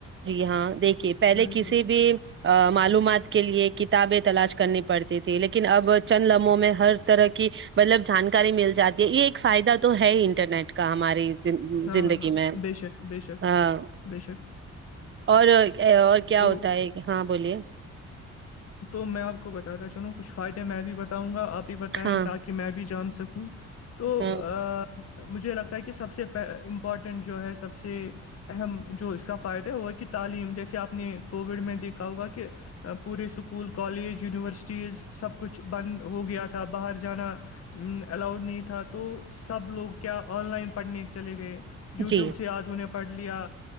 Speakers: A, on the right (about 40°); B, on the left (about 55°).
A: جی ہاں دیکھیے پہلے
B: بالکل،
A: کسی بھی معلومات کے لیے کتابیں تلاش کرنی پڑتی تھی لیکن اب چند لمحوں میں ہر طرح کی مطلب جانکاری مل جاتی ہے یہ ایک فائدہ تو ہے انٹرنیٹ کا ہماری زندگی
B: ہاں، ہاں،
A: میں
B: بے شک، بے شک،
A: ا
B: بے شک،
A: اور اور کیا
B: تو
A: ہوتا ہے ہاں بولیے
B: تو میں آپ کو بتاتا چلوں کچھ فائدے میں بھی بتاؤں گا آپ بھی بتائیں
A: ہاں
B: تاکہ میں بھی جان سکوں تو
A: ہ
B: ا مجھے لگتا ہے کہ سب سے امپورٹنٹ جو ہے سب سے اہم جو اس کا فائدہ ہے ہوا کہ تعلیم جیسے آپ نے کوویڈ میں دیکھا ہوگا کہ پورے اسکول کالج یونیورسٹیز سب کچھ بند ہو گیا تھا باہر جانا الاؤڈ نہیں تھا تو سب لوگ کیا آن لائن پڑھنے چلے گئے یوٹیوب
A: جی
B: سے آج انھیں پڑھ لیا